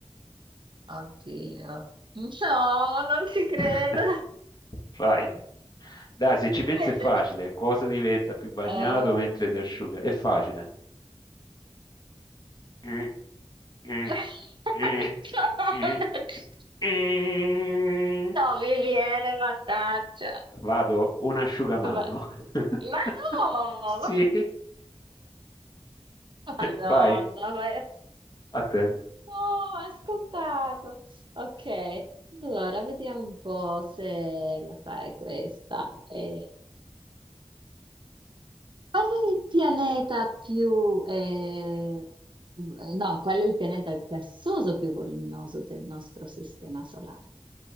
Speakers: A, on the right (about 50°); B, on the left (about 40°).
A: oddio. Mm. No, non ci credo.
B: <laughs> Vai. Dai, se ci pensi
A: Vede-
B: è facile. Cosa diventa più bagnato
A: Ehm,
B: mentre si asciuga? È facile. Eh, eh,
A: <laughs>
B: eh,
A: No,
B: eh,
A: non ci-
B: eh. eh.
A: non mi viene, mannaggia.
B: Vado un asciugamano.
A: vai.
B: <laughs>
A: Ma no!
B: Sì.
A: ma- Madonna,
B: Vai,
A: ma è...
B: a te.
A: no, è scontato. Ok, allora vediamo un po' se la sai questa. Eh, qual è il pianeta più... eh, No, qual è il pianeta gassoso più voluminoso del nostro sistema solare?